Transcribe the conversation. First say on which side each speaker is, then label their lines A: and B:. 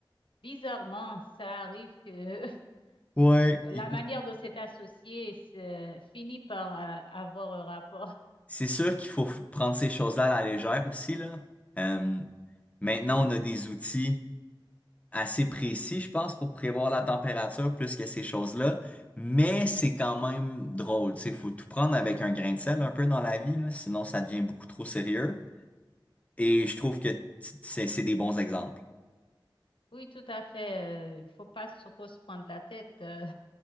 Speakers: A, on the left; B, on the left.
A: bizarrement, ça arrive que <laughs>
B: Ouais. il-
A: la manière dont c'est associé c'est- euh, finit par euh, avoir un rapport. <laughs>
B: c'est sûr qu'il faut prendre ces choses-là à la légère aussi, là. Euh, maintenant, on a des outils assez précis, je pense, pour prévoir la température plus que ces choses-là. Mais c'est quand même drôle. Tu sais, faut tout prendre avec un grain de sel un peu dans la vie, là, sinon ça devient beaucoup trop sérieux. Et je trouve que t- c'est c'est des bons exemples.
A: Oui, tout à fait. euh, Il faut pas se- trop se prendre la tête. euh.